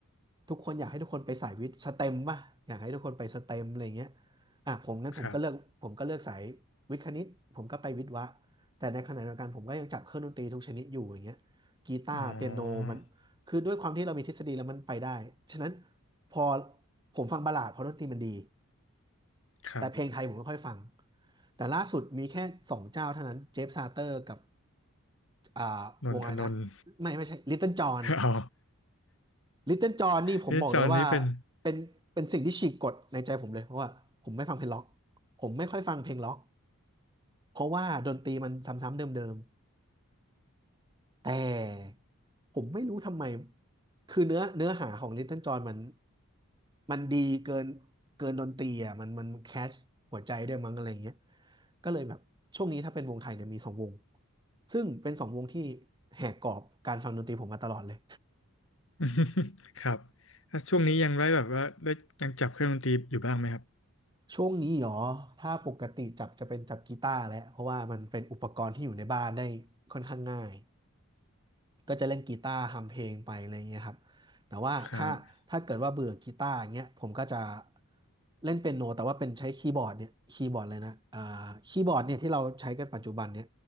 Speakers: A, on the right; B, on the left.
A: ทุกคนอยากให้ทุกคนไปสายวิทย์สเต็มป่ะอยากให้ทุกคนไปสเต็มอะไรเงี้ยอ่ะผมงั้นผมก็เลือกผมก็เลือกสาย
B: ครับ
A: วิทย์คณิตผมก็ไปวิทย์วะแต่ในขณะเดียวกันผมก็ยังจับเครื่องดนตรีทุกชนิดอยู่อย่างเงี้ยกีตาร์เปียโนมัน
B: อ๋อ
A: คือด้วยความที่เรามีทฤษฎีแล้วมันไปได้ ฉะนั้นพอผมฟังบัลลาดเพราะดนตรีมันดี
B: ครับ
A: แต่เพลงไทยผมไม่ค่อยฟังแต่ล่าสุดมีแค่สองเจ้าเท่านั้นเจฟซาเตอร์กับอ่า
B: นนทนนท์
A: วงอะไรนะไม่ไม่ใช่ลิตเติ้ลจอห์น
B: <laughs> อ๋อ
A: ลิตเติ้ลจอห์นนี่ผมบอกเลยว่า
B: เฮ้ยจอ์นนี่เป็น
A: เป็นเป็นสิ่งที่ฉีกกฎในใจผมเลยเพราะว่าผมไม่ฟังเพลงล็อกผมไม่ค่อยฟังเพลงล็อกเพราะว่าดนตรีมันซ้ำๆเดิม แต่ผมไม่รู้ทำไมคือเนื้อเนื้อหาของ Little John มันมันดีเกินเกินดนตรีอ่ะมันมันแคชหัวใจด้วยมั้งอะไรเงี้ยก็เลยแบบช่วงนี้ถ้าเป็นวงไทยเนี่ยมีสองวงซึ่งเป็นสองวงที่แหกกรอบการฟังดนตรีผมมาตลอดเลย
B: <laughs> ครับแล้วช่วงนี้ยังได้แบบว่าได้ยังจับเครื่องดนตรีอยู่บ้างไหมครับ
A: ช่วงนี้หรอถ้าปกติจับจะเป็นจับกีตาร์แหละเพราะว่ามันเป็นอุปกรณ์ที่อยู่ในบ้านได้ค่อนข้างง่าย ก็จะเล่นกีตาร์ทำเพลงไปอะไรเงี้ยครับแต่ว่าถ้าถ้าเกิดว่าเบื่อกีตาร์อย่างเงี้ยผมก็จะ
B: ครับ
A: เล่นเปียโนแต่ว่าเป็นใช้คีย์บอร์ดเนี่ยคีย์บอร์ดเลยนะอ่าคีย์บอร์ดเนี่ยที่เราใช้กันปัจจุบันเนี่ย